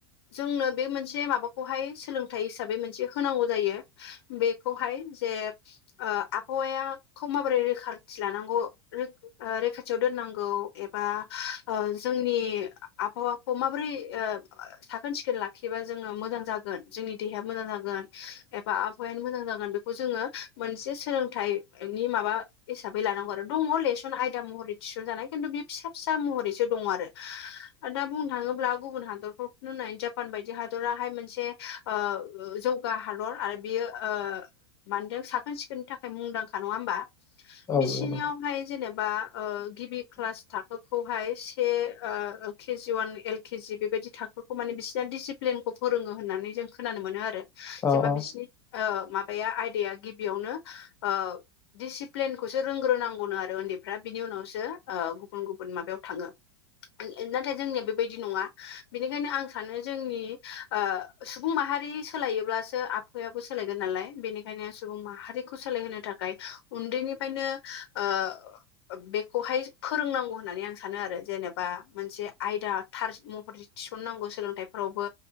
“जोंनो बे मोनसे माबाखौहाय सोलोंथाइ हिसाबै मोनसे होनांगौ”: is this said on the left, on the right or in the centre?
Left